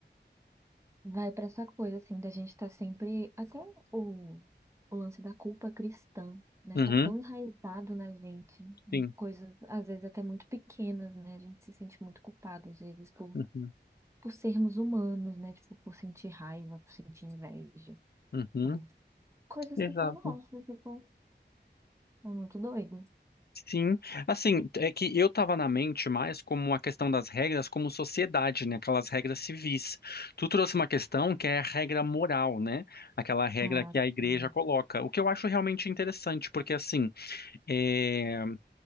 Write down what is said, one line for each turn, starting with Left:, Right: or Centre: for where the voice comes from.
Right: Vai pra essa coisa, assim, da gente estar sempre. Até o, o lance da culpa cristã, né?
Left: Uhum,
Right: Tá tão enraizado na gente, em
Left: sim.
Right: coisas, às vezes, até muito pequenas, né? A gente se sente muito culpado, às vezes, por,
Left: Uhum.
Right: por sermos humanos, né? Tipo, por sentir raiva, por sentir inveja,
Left: Uhum,
Right: por coisas
Left: exato.
Right: que são nossas, tipo, é muito doido.
Left: Sim, assim, é que eu tava na mente mais como a questão das regras como sociedade, né? Aquelas regras civis. Tu trouxe uma questão que é a regra moral, né? Aquela regra
Right: Ah,
Left: que
Right: sim,
Left: a igreja coloca, o que eu acho realmente interessante, porque assim, eh,